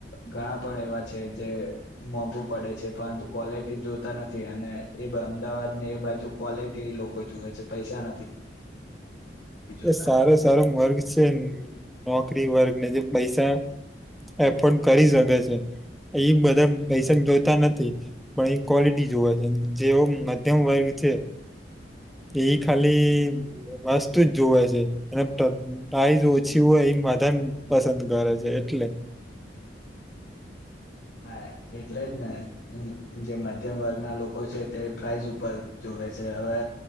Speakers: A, on the left; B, in the centre.
A: ઘણા પણ એવા છે, જે મોંઘુ પડે છે પરંતુ ક્વોલિટી જોતા નથી અને એ અમદાવાદ ને એ બાજુ ક્વોલિટી લોકો જોવે છે, પૈસા નથી. જોતા
B: એ સારો સારો વર્ગ છે. નોકરી વર્ગને જે પૈસા એફોર્ડ કરી શકે છે, પહી બધા પૈસા જોતા નથી પહી ક્વોલિટી જોવા છે, જેવ મધ્યમ વર્ગ છે એ ખાલી જ જોવે છે અને પ્રાઈઝ ઓછી હોય એ મધાન પસંદ કરે છે, એટલે.
A: હા એટલે જ ને જે મધ્યમ વર્ગના લોકો છે તે પ્રાઇઝ ઉપર જોવે છે હવે